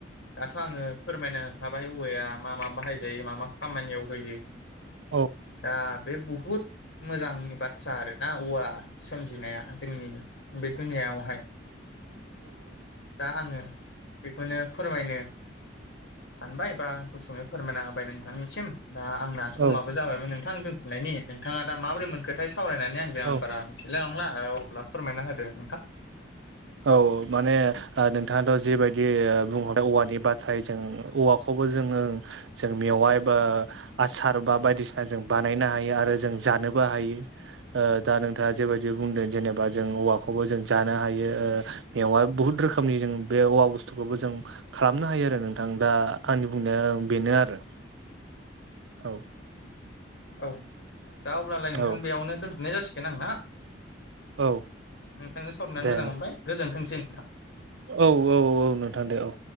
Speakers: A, on the left; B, on the right.
A: दाथ' आङो फोरमायना होखाबाय औवाया मा मा बाहायजायो मा मा खामानियाव होयो।
B: औ।
A: दा बे बहुत मोजांनि बाथ्रा आरोना औवा सोमजिनाया जोंनि बे दुनियायावहाय दा आङो बेखौनो फोरमायनो सानबाय बा गुसुङै फोरमायना होबाय नोंथांनिसिम दा आंना समाबो
B: औ
A: जाबायमोन नोंथां दोनथनायनि नोंथाङा दा माब्रै मोनखो? थाय सावरायनानै आंजों
B: औ
A: आं बारा मिथिलाय लांला अब्ला फोरमायना होदो नोंथां।
B: औ माने नोंथाङाथ' जिबायदि बुंहरबाय औवानि बाथाय जों औवाखौ जोङो जों मेवाइ बा आसार बा बायदिसिना जों बानायनो हायो आरो जा नोबो हायो दा नोंथाङा जेबायदि बुंदों जेनेबा जों औवाखौबो जों जानो हायो। ओ बेवहाय बुहुत रोखोमनि जों बे औवा बुस्थुखौबो जों खालामनो हायो आरो नोंथां दा आंनि बुंनाया बेनो आरो।
A: <inaudible>
B: औ।
A: औ दा अब्लालाय नोंथां
B: औ
A: बेयावनो दोनथ'नाय जासिगोन आं ना।
B: औ
A: नोंथांनो सावरायनानै
B: दे
A: मोजां मोनबाय गोजोनथोंसै नोंथां।
B: औ औ औ नोंथां दे औ।